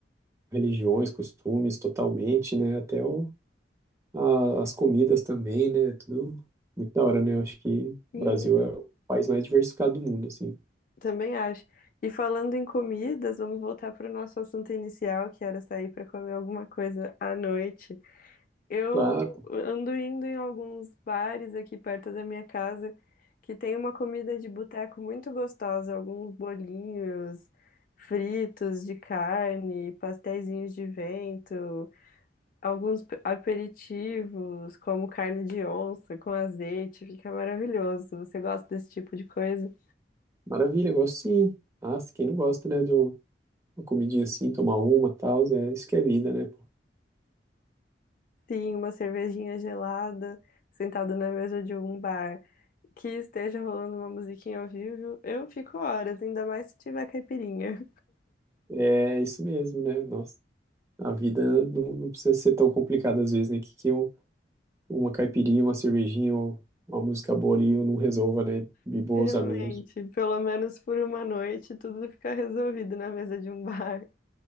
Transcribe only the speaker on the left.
sim,
também acho. E falando em comidas, vamos voltar para o nosso assunto inicial, que era sair para comer alguma coisa à noite. Eu
ando indo em alguns bares aqui perto da minha casa que tem uma comida de boteco muito gostosa, alguns bolinhos fritos de carne, pasteizinhos de vento, alguns pe- aperitivos, como carne de onça com azeite, fica maravilhoso. Você gosta desse tipo de coisa?
Sim, uma cervejinha gelada, sentado na mesa de um bar, que esteja rolando uma musiquinha ao vivo, eu fico horas, ainda mais se tiver caipirinha.
<laughs>
Realmente,
pelo menos por uma noite, tudo fica resolvido na mesa de um bar.